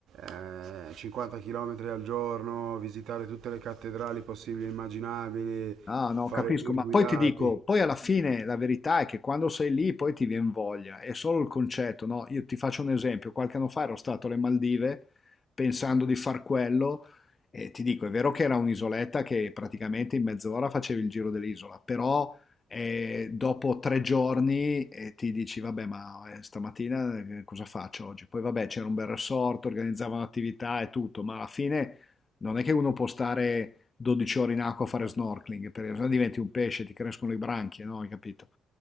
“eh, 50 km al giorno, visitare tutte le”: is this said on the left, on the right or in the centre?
Right